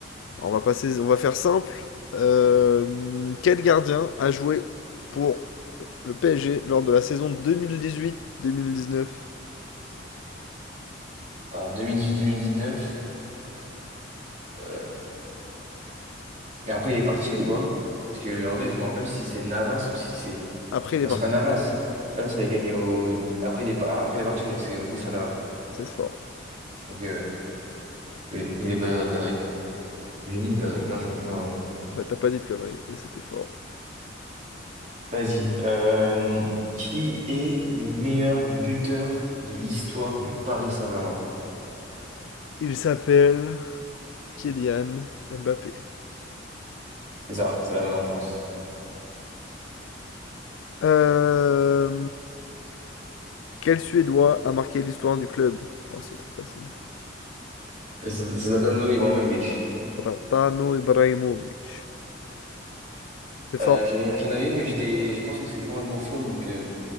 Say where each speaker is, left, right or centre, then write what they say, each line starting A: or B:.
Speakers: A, on the left; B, on the right.
A: Alors, on va passer, on va faire simple. Euh, quel gardien a joué pour le PSG lors de la saison 2018-2019?
B: Alors 2018-2019, euh... et après il est parti ou pas? Parce que en vrai, je me rappelle si c'est Navas ou si c'est.
A: Après, il
B: Non,
A: est parti.
B: c'est pas Navas. Navas, il a gagné au. il- Après, il est, pas- après, il est parti, donc c'est Buffon alors.
A: C'est fort.
B: Ok, ouais. Je voulais, je voulais pas dire de conneries. J'ai dit une connerie. Non, j'ai pas... non.
A: Bah, t'as pas dit de conneries, et c'était fort.
B: Vas-y. Euh, qui est le meilleur buteur de l'histoire du Paris Saint-Germain?
A: Il s'appelle Kylian Mbappé.
B: C'est ça, c'est la bonne réponse.
A: Euh, Quel Suédois a marqué l'histoire du club? Oh, c'est trop facile.
B: Z- Zlatano Ibrahimovic.
A: Zlatan Ibrahimovic. C'est fort.
B: Euh, j'avais, j'en avais une, mais j'étais, je pense que c'est complètement faux, donc euh,